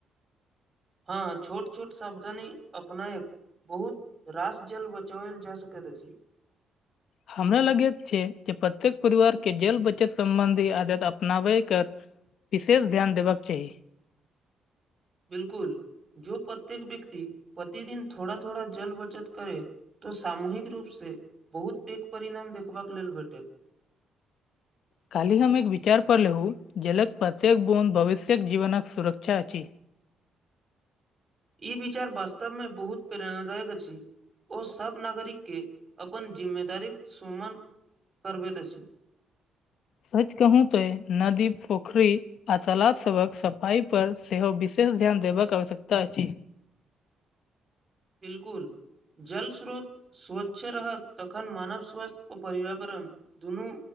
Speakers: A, on the right; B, on the left.
A: हँ छोट छोट सावधानी अपनाएक बहुत रास जल बचओल जा सकैत अछि
B: हमरा लगैत छै जे प्रत्येक परिवार केँ जल बचत सम्बंधी आदत अपनावे कऽ विशेष ध्यान देब कऽ चाही
A: बिल्कुल जो प्रत्येक व्यक्ति प्रतिदिन थोड़ा थोड़ा जल बचत करे तऽ सामूहिक रूपसँ बहुत पैघ परिणाम देखबाक लेल भेटैत
B: काल्हि हम एक विचार पड़ले हूँ जलक प्रत्येक बुंद भविष्यक जीवनक सुरक्षा अछि
A: ई विचार वास्तवमे बहुत प्रेरणादाय कऽ अछि ओ सभ नागरिक केँ अपन जिम्मेदारीक सुमन करबैत अछि
B: सच कहू तो नदी पोखरी आ तालाब सभक सफाइपर सेहो विशेष ध्यान देबाक आवश्यकता अछि
A: बिल्कुल जल स्रोत स्वच्छ रहत तखन मानव स्वास्थ्य आ पर्यावरण दुनू